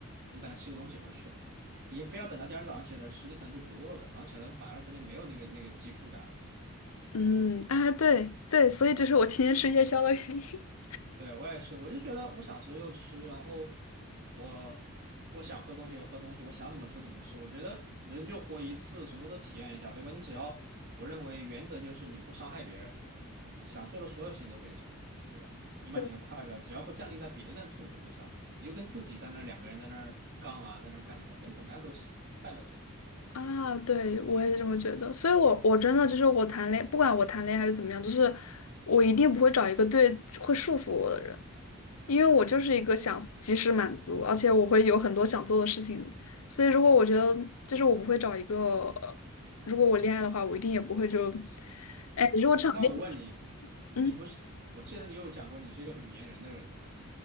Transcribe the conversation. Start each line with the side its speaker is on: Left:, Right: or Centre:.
Right: 你本来吃个东西很爽，你非要等到第二天早上起来吃，你可能就不饿了，早上起来反而可能没有那个那个饥腹感。
Left: 嗯，啊，对对，所以这是我天天吃夜宵的原因。<laughs>
Right: 对，我也是，我就觉得我想吃就吃，然后我我想喝东西就喝东西，我想怎么吃怎么吃。我觉得人就活一次，什么都体验一下，对吧？你只要，我认为原则就是你不伤害别人，想做的所有事情都可以做，对吧？你把你的快乐，
Left: 对
Right: 只要不降临在别人的痛苦之上，你就跟自己在那儿两个人在那儿杠啊，在那儿干什么？我觉得怎么样都行，快乐就好。
Left: 啊，对，我也是这么觉得，所以我我真的就是我谈恋不管我谈恋爱还是怎么样，就是我一定不会找一个对会束缚我的人，因为我就是一个想及时满足，而且我会有很多想做的事情，所以如果我觉得就是我不会找一个，呃如果我恋爱的话，我一定也不会就，哎，如果这场恋，
Right: 对，那我问你，
Left: 嗯，
Right: 你不是，我记得你有讲过你是一个很粘人的人，对吧？